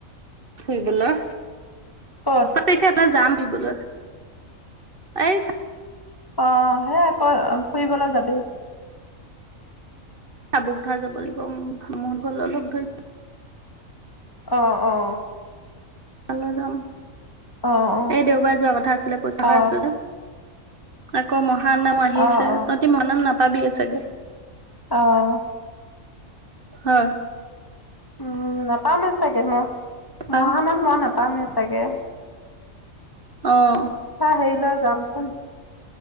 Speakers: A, on the right (about 40°); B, on the left (about 15°).
A: ফুৰিবলৈ
B: ক'ত
A: তখে এটা যাম। ফুৰিবলৈ এই
B: অহ, সে আকৌ ফুৰিবলৈ যাবি।
A: চাবুক ধৰা যাব লাগিবুহত ঘৰলৈ লগ ধৰিছে।
B: অ - অ।
A: তালৈ যাম
B: অ', অ',
A: এই দেওবাৰ যোৱা কথা আছিলে পইতা
B: অ',
A: হৈ আছ দো আকৌ মহানাম আহিছে
B: অ',
A: তহতি মহানাম নাপাবি চাগে।
B: অহ ',
A: হয়।
B: উম, নাপামে চাগে মই
A: পা
B: মহানাত মই নাপামেই চাগে। <inaudible>
A: অ অ
B: হা হেই ল যামচোন।